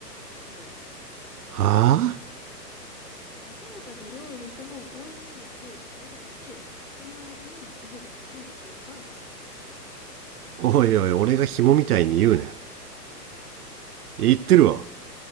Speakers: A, in the centre; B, on the right (about 65°).
A: ない。
B: はぁ、あ
A: ソータが料理した方が美味しいし、早いし、その間に私が稼いだ方がいいでしょ。
B: おいおい、俺が紐みたいに言うね。
A: え、言ってないし。
B: 言ってるわ。